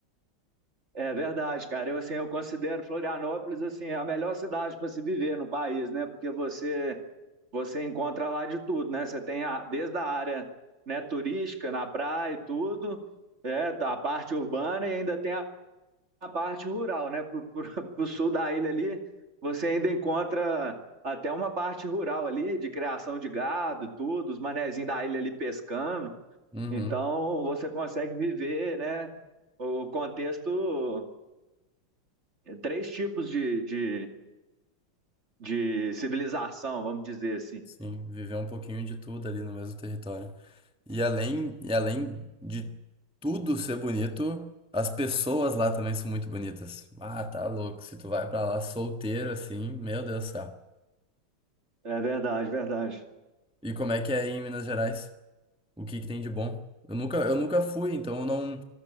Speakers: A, on the right; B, in the centre.
A: É verdade, cara. Eu assim, eu considero Florianópolis assim a melhor cidade para se viver no país, né? Porque você você encontra lá de tudo, né? Você tem a, desde a área, né, turística na praia e tudo, é, a parte urbana e ainda tem a a parte rural, né? Pro, pro, <laughs> pro sul da ilha ali, você ainda encontra até uma parte rural ali, de criação de gado, tudo, os manezinhos da ilha ali pescando.
B: Uhum.
A: Então, você consegue viver, né? O contexto, eh, três tipos de, de, de civilização, vamos dizer assim.
B: Sim, viver um pouquinho de tudo ali no mesmo território. E além, e além de tudo ser bonito, as pessoas lá também são muito bonitas. Ah, tá louco. Se tu vai pra lá solteiro assim, meu Deus do céu.
A: É verdade, verdade.
B: E como é que é aí em Minas Gerais? O que que tem de bom? Eu nunca, eu nunca fui, então eu não,